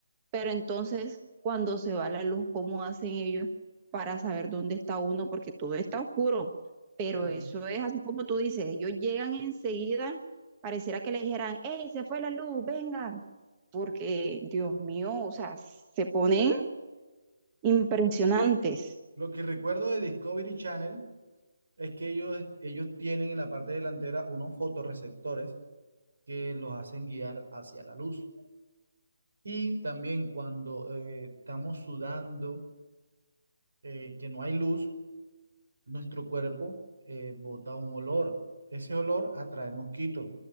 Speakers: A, on the right; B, on the right.
A: Pero entonces, cuando se va la luz, ¿cómo hacen ellos para saber dónde está uno? Porque todo está oscuro. Pero
B: Bueno,
A: eso es así como tú dices, ellos llegan enseguida, pareciera que le dijeran, ¡Ey, se fue la luz, vengan! Porque, Dios mío, o sea, se ponen impresionantes.
B: lo que recuerdo de Discovery Channel es que ellos, ellos tienen en la parte delantera unos fotorreceptores que los hacen guiar hacia la luz. Y también cuando eh, estamos sudando eh, que no hay luz, nuestro cuerpo eh, bota un olor. Ese olor atrae mosquitos.